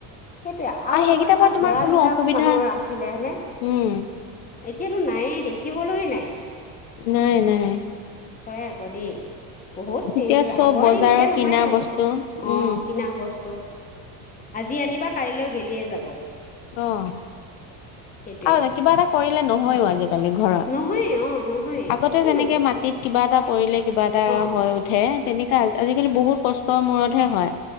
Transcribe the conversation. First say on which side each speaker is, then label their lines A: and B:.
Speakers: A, on the left; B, on the left.
A: সেইটোৱে আৰু
B: সেইকেইটাৰ
A: আগৰ দিনত
B: পৰা তোমাৰ
A: ভঁৰাল
B: কোনো
A: বিলাকো
B: অসুবিধা
A: মানুহৰ আছিলে হয়নে
B: উম
A: এতিয়াতো নায়ে দেখিব ক'বলৈ নাই।
B: নাই নাই।
A: হয় আকৌ দেই, বহুত চেঞ্জ
B: এতিয়া
A: হৈছে,
B: চব
A: আগৰ
B: বজাৰৰ
A: দিন এতিয়া নহয়
B: কিনা
A: আৰু
B: বস্তু
A: অ',
B: উম
A: কিনা বস্তু <unintelligible> আজি আনিবা কাইলৈ গেলিয়ে যাব।
B: অ'।
A: সেইটোৱে
B: অ', কিবা এটা কৰিলে নহয়ও আজি। আজিকালি ঘৰত
A: নহয় অ নহয়
B: আগতে
A: একো
B: যেনেকে
A: নহয়
B: মাটিত কিবা এটা পৰিলে কিবা এটা
A: অ
B: হৈ উঠে তেনেকা আজিকালি বহুত। কষ্টৰ মূৰতহে হয়।